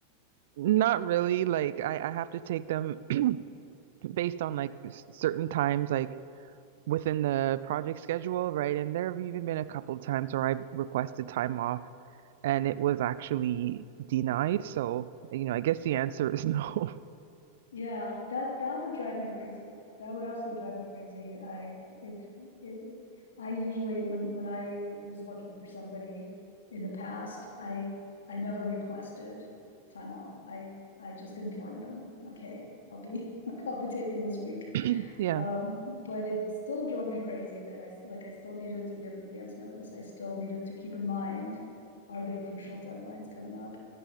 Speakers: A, on the right; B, on the left.
A: not really. Like I, I have to take them <clears throat> based on like s- certain times, like within the project schedule, right? And there have even been a couple times where I've requested time off and it was actually denied. So, you know, I guess the answer is <laughs> no.
B: Yeah, that that would drive me crazy. That would absolutely drive me crazy. I if it, I usually when when I was working for somebody in the past, I I never requested time off. I I just informed them like, hey, I'll be <laughs> I'll be taking this week.
A: <clears throat> Yeah.
B: Um, but it still drove me crazy that I like I still needed to give advance notice. I still needed to keep in mind, are there crucial deadlines coming up?